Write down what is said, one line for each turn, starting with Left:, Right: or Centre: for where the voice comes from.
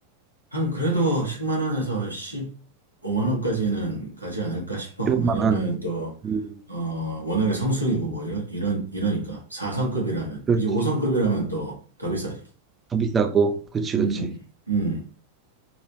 Left: 한 그래도 10만 원에서 15만 원까지는 가지 않을까 싶어.
Right: 십오만
Left: 왜냐면
Right: 원.
Left: 또,
Right: 음,
Left: 어, 워낙에 성수기고 뭐 이런, 이런, 이러니까. 4성급이라면.
Right: 그렇지.
Left: 이제 5성급이라면 또 더 비싸지.
Right: 더 비싸고. 그치,
Left: 음,
Right: 그치.
Left: 음.